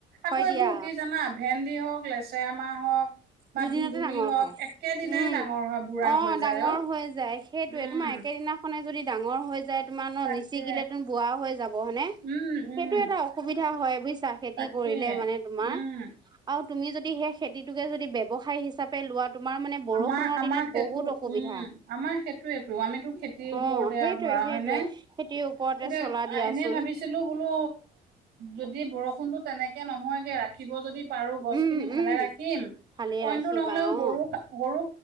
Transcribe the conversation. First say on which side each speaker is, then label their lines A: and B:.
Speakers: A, on the right; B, on the right.
A: আকৌ
B: হয়
A: এইবোৰ
B: দিয়া
A: কি জানা ভেন্দি হওক লেচেৰা মাহ হওক বা
B: দুদিনতে
A: ধুন্দুলি
B: ডাঙৰ
A: হওক,
B: হয়
A: একেদিনাই
B: উম
A: ডাঙৰ হয় বুঢ়া
B: অ
A: হৈ
B: ডাঙৰ
A: যায় অ।
B: হৈ যায় সেইটোয়ে
A: উম,
B: তোমাৰ একেদিনাখনে যদি ডাঙৰ হৈ যায় তোমাৰ ন
A: তাকে
B: নিচিগিলে তুম বোৱা হৈ যাব হয়নে।
A: উম, উম,
B: সেইটো এটা অসুবিধা হয় বুজিছা খেতি
A: তাকে।
B: কৰিলে মানে তোমাৰ
A: উম,
B: আৰু তুমি যদি সেই খেতিটোকে যদি ব্যৱসায় হিচাপে লোৱা তোমাৰ মানে বৰষুণৰ
A: আমাৰ আমাৰ
B: দিনত
A: সেইটো
B: বহুত অসুবিধা
A: উম আমাৰ সেইটোৱেইটো আমিতো খেতিৰ
B: অ',
A: ওপৰতে
B: সেইটোৱে
A: ধৰা
B: সেইটোৱে
A: হয় নে,
B: খেতিৰ ওপৰতে
A: এতিয়া
B: চলা দিয়াচোন
A: এনে ভাবিছিলো বোলো যদি বৰষুণটো তেনেকৈ নহয়গৈ ৰাখিব যদি পাৰো গছ
B: উম,
A: খিনি ভালে
B: উম,
A: ৰাখিম
B: ভালে
A: অইনটো
B: ৰাখিবা
A: নহলেও
B: অ',
A: গৰু খা- গৰু